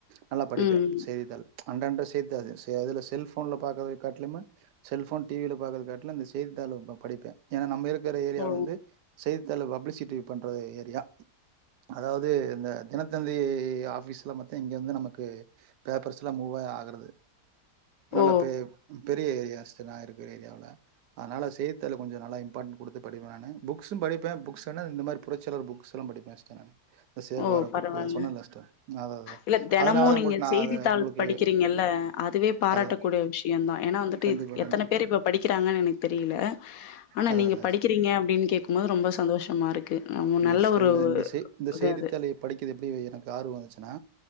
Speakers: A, on the right; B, on the left.
A: நல்லா படிப்பே
B: ம்
A: செய்தித்தாள் அண்ட அண்ட செய்தித்தா அதுல செல்போன்ல பாக்குறது காட்டுலுமே செல்போன் டி வி ல பாற காட்டுல இந்த செய்தித்தாள படிப்பே ஏன்னா நம்ம இருக்கிற ஏரியா
B: ஓ
A: வந்து செய்தித்தாள பப்ளிசிட்டி பண்ற ஏரியா அதாவது இந்த தினத்தந்தி ஆபிஸ்ல மத் இங்க வந்து நமக்கு பேப்பர்ஸ்ல்லா மூவ ஆகறது நல்ல
B: ஓ ஓ
A: பே பெரிய ஏரியா சிஸ்டர் நா இருக்கிற ஏரியாவில அதனால செய்த்த்தாள கொஞ்சோ நல்லா இம்பார்ட்டண்ட் குடுத்து படிப்பே நானு புக்ஸும் படிப்பே புக்ஸ் என்ன இந்த மாரி புறச்சியாலர் புக்ஸ் எல்லா படிப்பே ஸ்டர் சேகுவார
B: ஓ பரவால்ல
A: புக்கு சொன்னேனல்ல ஸ்டர் அதா அத
B: இல்ல தெனமு
A: அதனாலதா
B: நீங்க
A: உங்கள நா
B: செய்தித்தாள்
A: அத உங்களுக்கு
B: படிக்கிறீங்கல்ல அதுவே பாராட்டக்கூடிய
A: அதா
B: விஷயந்தா ஏன்னா வந்துட்டு
A: கண்டிப்பா கண்டிப்பா
B: எத்தன பேர் இப்ப படிக்கிறாங்கன்னு எனக்கு தெரியல ஆனா
A: அதா
B: நீங்க
A: அதா
B: படிக்கிறீங்க அப்படின்னு கேக்கும் போது ரொம்ப சந்தோஷமா இருக்கு நம்ம
A: இந்த
B: நல்ல ஒரு
A: இந்த செய் இந்த
B: இது
A: செய்தித்தாளை
B: அது
A: படிக்கிறது எப்படி எனக்கு ஆர்வம் வந்துச்சுன்னா